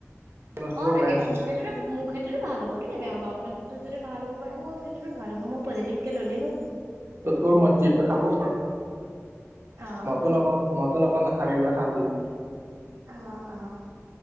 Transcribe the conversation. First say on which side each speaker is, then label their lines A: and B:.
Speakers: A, on the right (about 50°); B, on the right (about 70°).
A: নহ'বও
B: অ তাকেতো
A: পাৰে ন
B: মোৰ ক্ষেত্ৰতো মোৰ ক্ষেত্ৰতো ভাল হ'ব কেনে বে হব আপোনাৰ ক্ষেত্ৰত য ভাল হ'ব পাৰে মোৰ ক্ষেত্ৰতো ভাল হব মই পজিটিভ কে ললেই হ'ল
A: ত তোৰ মত যেত খাবও পাৰো
B: অ
A: মইো নকওঁ ম তেনেকুৱা নাখাবিবা খা বুলি
B: অ' অ'